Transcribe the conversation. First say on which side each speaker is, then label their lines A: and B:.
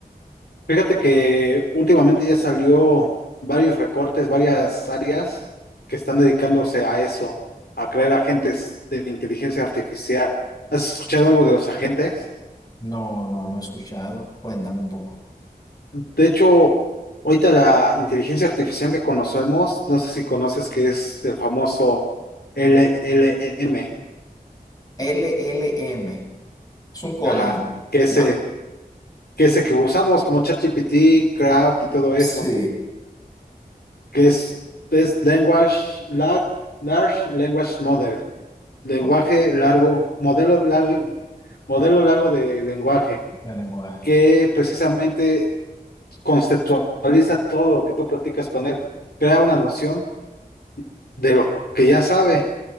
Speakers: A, on the left (about 85°); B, on the left (about 25°).
A: Fíjate que últimamente ya salió varios recortes, varias áreas que están dedicándose a eso, a crear agentes de inteligencia artificial. ¿Has escuchado algo de los agentes?
B: No, no, no he escuchado. Cuéntame un poco.
A: De hecho, ahorita la inteligencia artificial que conocemos, no sé si conoces que es el famoso LLM,
B: LLM. Es un código,
A: ajá, que ese,
B: ¿no?
A: que ese que usamos como ChatGPT, Crowd y todo eso,
B: Sí,
A: que es, es Language, Large Large Language Model. lenguaje
B: Ok.
A: largo, modelo largo, modelo largo de lenguaje,
B: De lenguaje.
A: que precisamente conceptualiza todo lo que tú practicas con él, crea una noción de lo que ya sabe,